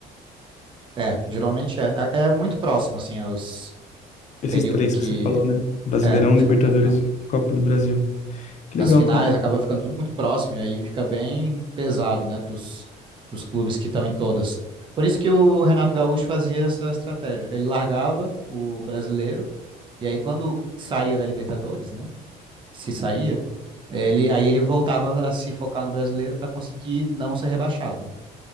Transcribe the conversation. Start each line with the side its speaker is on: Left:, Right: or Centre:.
Right: É, geralmente é. É é muito próximo, assim, os,
Left: Esses
Right: o período
Left: três
Right: que.
Left: que você falou, né? Brasileirão,
Right: É, os
Left: Libertadores
Right: campeonatos.
Left: e Copa do Brasil. Que legal,
Right: As finais
Left: cara.
Right: acaba ficando tudo muito próximo, e aí fica bem pesado, né, para os clubes que estão em todas. Por isso que o Renato Gaúcho fazia essa estratégia. Ele largava o brasileiro, e aí quando saía da Libertadores, né, se saía, ele, aí ele voltava a se focar no brasileiro para conseguir não ser rebaixado, né?